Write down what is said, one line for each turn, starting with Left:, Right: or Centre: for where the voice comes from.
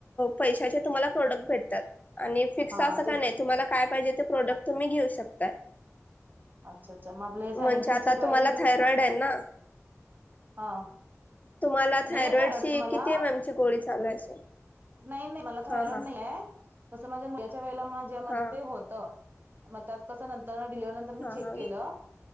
Left: पैशाचे तुम्हाला प्रोडक्ट भेटतात. आणि फिक्स
Right: हा
Left: असं का
Right: तेच
Left: नाही तुम्हाला काय पाहिजे ते प्रोडक्ट तुम्ही घेऊ शकताय.
Right: अच्छा अच्छा मग आपले सॅनिटरीचे
Left: म्हणजे आता
Right: प्राईस
Left: तुम्हाला
Right: किती आहेत
Left: थायरॉइड आहे ना?
Right: हा
Left: तुम्हाला थायरॉइड
Right: नाहीये
Left: ची
Right: मला
Left: किती एम एमची गोळी चालू आहे?
Right: नाही नाही मला थायरॉइड
Left: हा हा
Right: नाही आहे तसं माझ्या मुलाच्या वेळेला माझ्या म्हणजे
Left: हा.
Right: ते होतं. मग त्यात कस नंतर तर डिलिव्हरी नंतर मी
Left: हा
Right: चेक
Left: हा
Right: केलं